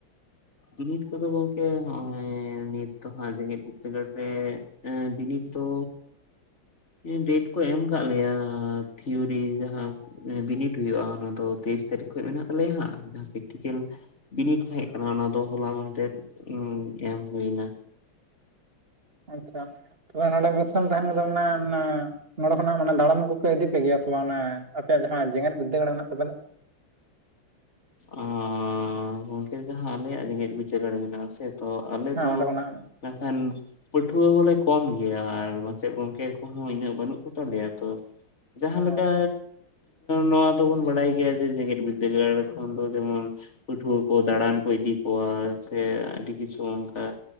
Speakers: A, on the left (about 30°); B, on the right (about 30°).
A: ᱵᱤᱱᱤᱰ ᱠᱚᱫᱚ ᱜᱚᱝᱠᱮ ᱱᱚᱜᱼᱚᱭ ᱱᱤᱛ ᱫᱚ ᱦᱟᱸᱜ ᱡᱮᱜᱮᱛ ᱵᱤᱫᱽᱫᱟᱹᱜᱟᱲ ᱨᱮ ᱵᱤᱱᱤᱰ ᱫᱚ <unintelligible> ᱰᱮᱴ ᱠᱚ ᱮᱢ ᱠᱟᱜ ᱞᱮᱭᱟ ᱛᱷᱤᱭᱩᱨᱤ ᱡᱟᱦᱟᱸ ᱵᱤᱱᱤᱰ ᱦᱩᱭᱩᱜᱼᱟ ᱚᱱᱟ ᱫᱚ ᱛᱤᱥ ᱛᱟᱹᱨᱤᱠᱷ ᱠᱷᱚᱡ ᱢᱮᱱᱟᱜ ᱛᱟᱞᱮᱭᱟ ᱦᱟᱸᱜ ᱢᱟᱦᱟᱸ ᱯᱮᱨᱴᱤᱠᱮᱞ ᱵᱤᱱᱤᱰ ᱛᱟᱦᱮᱸ ᱠᱟᱱᱟ ᱚᱱᱟ ᱫᱚ ᱫᱚ ᱦᱚᱞᱟ ᱢᱟᱱᱫᱷᱮᱨ ᱮᱢ ᱦᱩᱭ ᱮᱱᱟ
B: ᱟᱪᱷᱟ ᱛᱚ ᱚᱱᱟᱵᱮ ᱱᱚᱰᱮ ᱢᱤᱥᱨᱟᱢ ᱛᱟᱦᱮᱸᱱ ᱠᱟᱱᱟ ᱢᱟᱱᱮ ᱱᱟ ᱱᱚᱸᱰᱮ ᱠᱷᱚᱱᱟᱜ ᱢᱟᱱᱮ ᱫᱟᱬᱟᱱ ᱠᱚ ᱠᱚ ᱤᱫᱤ ᱯᱮ ᱜᱮᱭᱟ ᱥᱮ ᱵᱟᱝᱼᱟ ᱚᱱᱟ ᱟᱯᱮᱭᱟᱜ ᱡᱟᱦᱟᱸ ᱡᱮᱜᱮᱛ ᱵᱤᱫᱽᱫᱟᱹᱜᱟᱲ ᱢᱮᱱᱟᱜ ᱛᱟᱯᱮ ᱫᱚ
A: ᱚᱦ ᱜᱚᱢᱠᱮ ᱡᱟᱦᱟᱸ ᱟᱞᱮᱭᱟᱜ ᱡᱮᱜᱮᱸᱛ ᱵᱤᱫᱟᱹᱜᱟᱲ ᱢᱮᱱᱟᱜᱼᱟ ᱥᱮ ᱛᱚ ᱟᱞᱮ
B: ᱦᱮᱸ
A: ᱫᱚ
B: ᱚᱸᱰᱮ ᱠᱷᱚᱱᱟᱜ
A: ᱢᱮᱱ ᱠᱷᱟᱱ ᱯᱟᱹᱴᱷᱩᱣᱟᱹ ᱦᱚᱞᱮ ᱠᱚᱢ ᱜᱮᱭᱟ ᱟᱨ ᱢᱟᱪᱮᱫ ᱜᱚᱝᱠᱮ ᱠᱚᱦᱚᱸ ᱩᱱᱟᱹᱜ ᱵᱟᱹᱱᱩᱜ ᱠᱩ ᱛᱟᱞᱮᱭᱟ ᱛᱚ ᱡᱟᱦᱟᱸ
B: ᱦᱮᱸ
A: ᱞᱮᱠᱟ ᱱᱚᱣᱟ ᱫᱚᱵᱚᱱ ᱵᱟᱰᱟᱭ ᱜᱮᱭᱟ ᱡᱮ ᱡᱮᱜᱮᱸᱛ ᱵᱤᱨᱫᱟᱹᱜᱟᱲ ᱠᱷᱚᱱ ᱫᱚ ᱡᱮᱢᱚᱱ ᱯᱟᱹᱴᱷᱩᱣᱟᱹ ᱠᱚ ᱫᱟᱬᱟᱱ ᱠᱚ ᱤᱫᱤ ᱠᱚᱣᱟ ᱥᱮ ᱟᱹᱰᱤ ᱠᱤᱪᱷᱩ ᱚᱱᱠᱟ